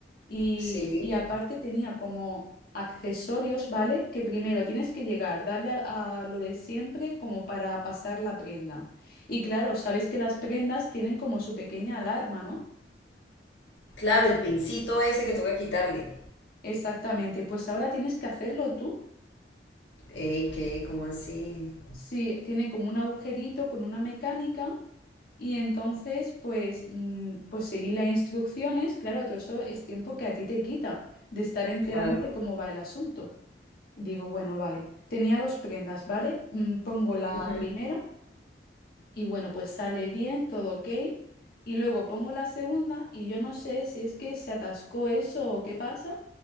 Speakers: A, on the left (about 55°); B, on the left (about 85°).
A: y,
B: Sí.
A: y aparte tenía como accesorios, ¿vale? Que primero tienes que llegar, darle a, a lo de siempre como para pasar la prenda. Y claro, sabes que las prendas tienen como su pequeña alarma, ¿no?
B: Claro, el pincito ese que toca quitarle.
A: Exactamente, pues ahora tienes que hacerlo tú.
B: Ey, ¿qué? ¿Cómo así?
A: Sí, tiene como un agujerito con una mecánica y entonces pues, mm, pues seguir las instrucciones, claro, todo eso es tiempo que a ti te quita de estar enterándote
B: Claro.
A: cómo va el asunto. Y digo, bueno, vale, tenía dos prendas, ¿vale? Mm, Pongo la
B: Ujú.
A: primera y bueno, pues sale bien, todo ok. Y luego pongo la segunda y yo no sé si es que se atascó eso o qué pasa,